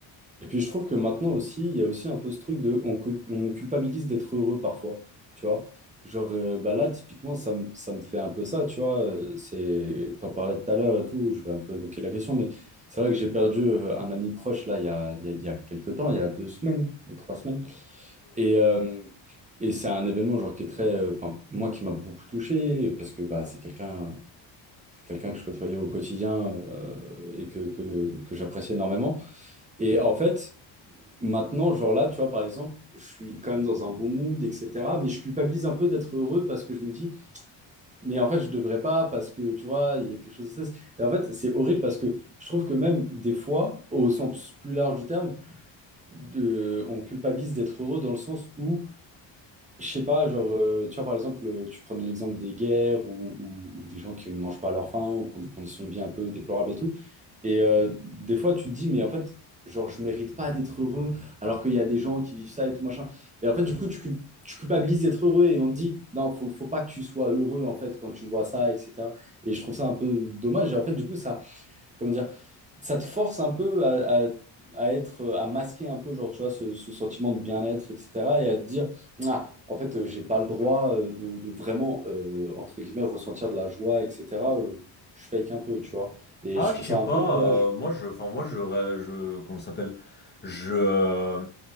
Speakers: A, on the right; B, on the left.
A: et puis je trouve que maintenant aussi, il y a aussi un peu ce truc de on, cu- on culpabilise d'être heureux parfois, tu vois. Genre, euh, bah là, typiquement, ça me, ça me fait un peu ça, tu vois. euh, C'est, t'en parlais tout à l'heure et tout, je vais un peu évoquer la question, mais c'est vrai que j'ai perdu euh, un ami proche, là, il y a, il y a, il y a quelques temps, il y a deux semaines, deux, trois semaines. Et, euh, et c'est un événement, genre, qui est très, euh, enfin, moi, qui m'a beaucoup touché, parce que bah, c'est quelqu'un C'est quelqu'un que je côtoyais au quotidien euh, et que, que, que j'apprécie énormément. Et en fait, maintenant, genre là, tu vois, par exemple, je suis quand même dans un bon mood, etc. Mais je culpabilise un peu d'être heureux parce que je me dis, mais en fait, je devrais pas parce que, tu vois, il y a quelque chose de stress. Et en fait, c'est horrible parce que je trouve que même des fois, au sens plus large du terme, de, on culpabilise d'être heureux dans le sens où je sais pas, genre, euh, tu vois, par exemple, euh, tu prends l'exemple des guerres ou, ou- ou des gens qui ne mangent pas à leur faim ou qui ont des conditions de vie un peu déplorables et tout. Et euh, des fois, tu te dis, mais en fait, genre, je mérite pas d'être heureux alors qu'il y a des gens qui vivent ça et tout machin. Et en fait, du coup, tu, cul- tu culpabilises d'être heureux et on te dit, non, faut, faut pas que tu sois heureux en fait quand tu vois ça, etc. Et je trouve ça un peu dommage. Et en fait, du coup, ça, comment dire, ça te force un peu à, à- à être, à masquer un peu, genre, tu vois, ce, ce sentiment de bien-être, etc. Et à te dire, ah, en fait, euh, j'ai pas le droit euh, de, de vraiment, euh, entre guillemets, ressentir de la joie, etc. euh, je fake un peu, tu vois. Et
B: Ah,
A: je trouve
B: je sais
A: ça
B: pas,
A: un peu dommage.
B: euh, moi je enfin moi je je comment ça s'appelle? Je euh,